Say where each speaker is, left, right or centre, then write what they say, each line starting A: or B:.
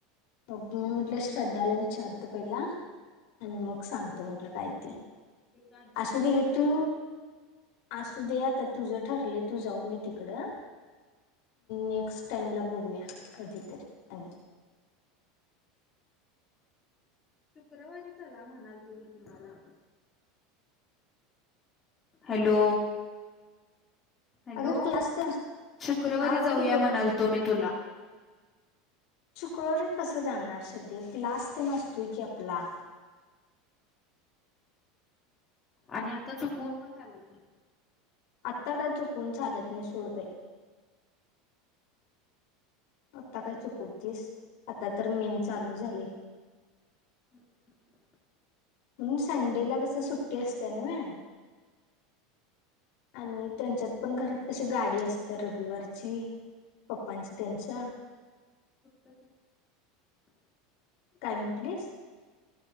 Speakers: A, on the left (about 65°); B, on the left (about 25°).
A: मग मी म्हटलं श्रद्धाला विचारतो पहिला आणि मग सांगतो म्हटलं काय ते
B: त्याच्या आधीच
A: असुदे
B: सांगितली
A: घे तू
B: तुला
A: असू दे आता तुझं ठरलय तू जाऊन ये तिकडं. नेक्स्ट टाईमला बघूया कधीतरी आणि.
B: शुक्रवारी चला म्हणालतो मी तुम्हाला. हॅलो. हॅलो
A: अगं क्लास ते
B: शुक्रवारी
A: हा
B: जाऊया
A: बोल की ग
B: म्हणालतो मी तुला.
A: शुक्रवारी कसं जाणार श्रद्दे क्लास तेन असतोय की आपला.
B: आणि आता चुकवून पण चालत नाही.
A: आत्ता का चुकून चालत नाही सोडबाई आता काय चुकवतीस आता तर मेन चालू झालय.
B: ह <unintelligible>
A: म्हणून संडेला कसं सुट सुट्टी असत्या नवे आणि त्यांच्यात
B: पुढ
A: पण घरात क गाडी असत्या रविवारची पप्पांची त्यांच्या
B: <unintelligible>
A: काय म्हटलीस?